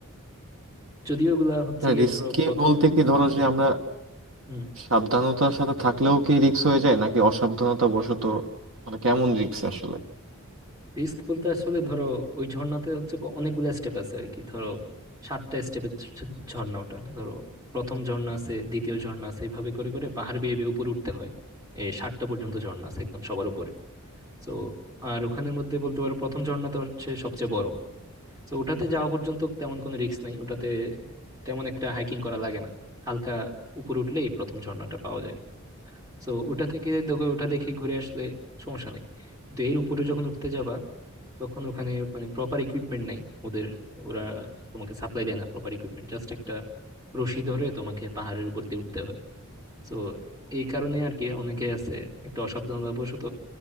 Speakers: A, on the right; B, on the right.
A: যদিও এগুলা হচ্ছে গিয়ে
B: রিস্কি
A: ধরো প্রথম
B: বলতে কি ধরো যে আমরা
A: হুম
B: সাবধানতার সাথে থাকলেও কি রিস্ক হয়ে যায় নাকি অসাবধানতা বশত মানে কেমন রিস্ক আসলে
A: রিস্ক বলতে আসলে ধরো ওই ঝর্ণাতে হচ্ছে ক- অনেকগুলা স্টেপ আছে আর কি ধরো সাতটা স্টেপের ঝর্ণা ওটা ধরো প্রথম ঝর্ণা আছে দ্বিতীয় ঝর্ণা আছে এভাবে করে করে পাহাড় বেয়ে বেয়ে উপরে উঠতে হয় এই সাতটা পর্যন্ত ঝর্ণা আছে একদম সবার উপরে তো আর ওখানের মধ্যে বলতে পারো প্রথম ঝর্ণাটা হচ্ছে সবচেয়ে বড় তো ওটাতে যাওয়া পর্যন্ত তেমন কোনো রিস্ক নাই ওটাতে তেমন একটা হাইকিং করা লাগে না হালকা উপরে উঠলেই প্রথম ঝর্ণাটা পাওয়া যায় তো ওটা থেকে দেখো ওটা দেখে ঘুরে আসলে সমস্যা নেই কিন্তু এর উপরে যখন উঠতে যাবা তখন ওখানে মানে প্রপার ইকুইপমেন্ট নাই ওদের ওরা তোমাকে সাপ্লাই দেয় না প্রপার ইকুইপমেন্ট জাস্ট একটা রশি ধরে তোমাকে পাহাড়ের উপর দিয়ে উঠতে হয় তো এই কারণে আর কি অনেকে আছে একটা অসাবধানতাবশত